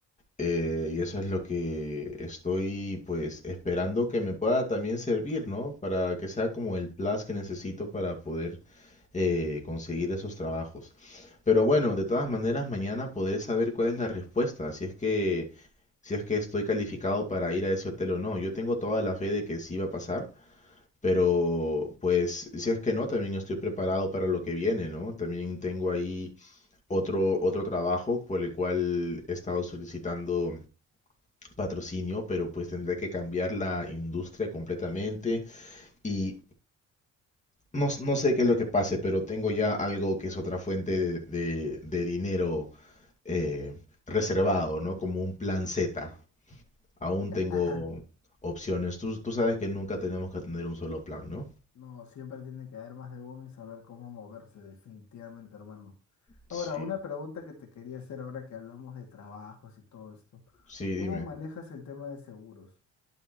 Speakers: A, on the left (about 25°); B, on the left (about 70°).
A: eh, y eso es lo que estoy pues esperando que me pueda también servir, ¿no? Para que sea como el plus que necesito para poder eh, conseguir esos trabajos. Pero bueno, de todas maneras mañana podré saber cuál es la respuesta, si es que si es que estoy calificado para ir a ese hotel o no. Yo tengo toda la fe de que sí va a pasar, pero pues si es que no, también estoy preparado para lo que viene, ¿no? También tengo ahí otro, otro trabajo por el cual he estado solicitando patrocinio, pero pues tendría que cambiar la industria completamente y no, no sé qué es lo que pase, pero tengo ya algo que es otra fuente de, de- de dinero eh, reservado, ¿no? Como un plan Z. Aún
B: <laughs>
A: tengo opciones. Tú, tú sabes que nunca tenemos que tener un solo plan, ¿no?
B: No, siempre tiene que haber más de uno y saber cómo moverse, definitivamente, hermano.
A: Sí,
B: Ahora, una pregunta que te quería hacer ahora que hablamos de trabajos y todo esto.
A: sí,
B: ¿Cómo
A: dime.
B: manejas el tema de seguros?